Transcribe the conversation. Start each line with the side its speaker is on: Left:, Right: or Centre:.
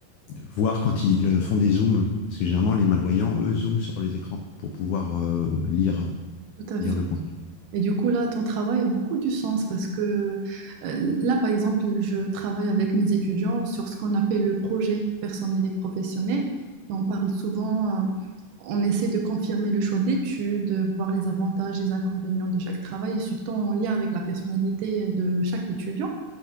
Left: voir quand ils font des zooms, parce que généralement les malvoyants eux zooment sur les écrans pour pouvoir euh, lire
Right: tout à
Left: lire
Right: fait.
Left: le contenu.
Right: Et du coup, là, ton travail a beaucoup du sens parce que euh, là, par exemple, je travaille avec mes étudiants sur ce qu'on appelle le projet personnel et professionnel. Et on parle souvent, euh, on essaie de confirmer le choix d'études, voir les avantages et les inconvénients de chaque travail et surtout en lien avec la personnalité de chaque étudiant.